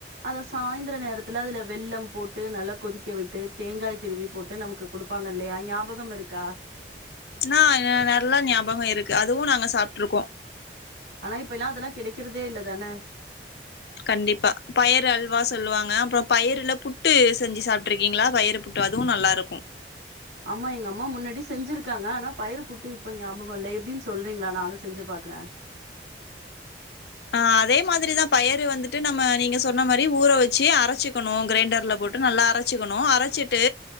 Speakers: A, on the right; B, on the left.
A: அத சாய்ந்தர நேரத்துல அதல வெல்லம் போட்டு நல்லா கொதிக்க விட்டு தேங்காய் திருவி போட்டு நமக்கு குடுப்பாங்க இல்லயா ஞாபகம் இருக் க்கா
B: நா ஏ நல்லா ஞாபகோ இருக்கு அதுவு நாங்க சாப்ட்ருக்கோம்
A: ஆனா இப்பெல்லாம் அதெல்லா கெடைக்கிறதே இல்ல தான
B: கண்டிப்பா பயறு அல்வா சொல்லுவாங்க அப்றோ பயறுல புட்டு செஞ்சு சாப்ட்ருக்கீங்ளா பயறு புட்டு அதுவு நல்லாருக்கு
A: அம்மா எங்க அம்மா முன்னடி செஞ்சிருக்காங்க ஆனா பயறு புட்டு இப்ப ஞாபகோ இல்ல எப்டின்னு சொல்றீங்ளா நானு செஞ்சு பாக்றே
B: ஆ அதே மாதிரிதா பயறு வந்துட்டு நம்ம நீங்க சொன்ன மாரி ஊற வச்சு அரச்சுக்கணு கிரைண்டர்ல போட்டு நல்லா அரச்சுக்கணு அரச்சிட்டு